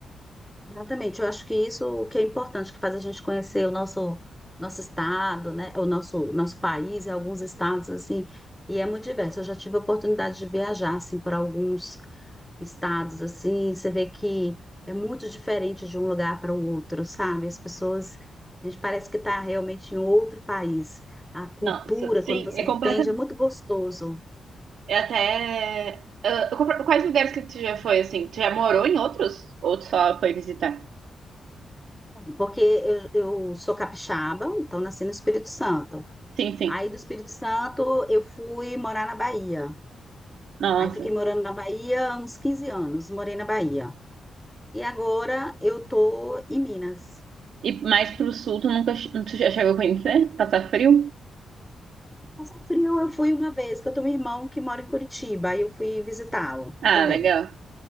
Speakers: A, in the centre; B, on the right.
A: Exatamente, eu acho que isso o que é importante, que faz a gente conhecer o nosso nosso estado, né, o nosso nosso país e alguns estados assim, e é muito diverso. Eu já tive a oportunidade de viajar assim para alguns estados assim, você vê que é muito diferente de um lugar para o outro, sabe? As pessoas, a gente parece que está realmente em um outro país. A cultura,
B: Não, sim,
A: quando você
B: é completamente.
A: entende, é muito gostoso,
B: É até. Ah, compro- Quais lugares que tu já foi, assim? Tu já morou em outros? Ou tu só foi visitar.
A: porque eu, eu sou capixaba, então nasci no Espírito Santo.
B: Sim, sim.
A: Aí do Espírito Santo eu fui morar na Bahia.
B: Nossa.
A: Aí fiquei morando na Bahia há uns 15 anos, morei na Bahia. E agora eu tô em Minas.
B: E mais pro sul, tu nunca che- tu já chegou a conhecer? Passar frio?
A: Passar frio eu fui uma vez, que eu tenho um irmão que mora em Curitiba, aí eu fui visitá-lo
B: Ah,
A: também.
B: legal.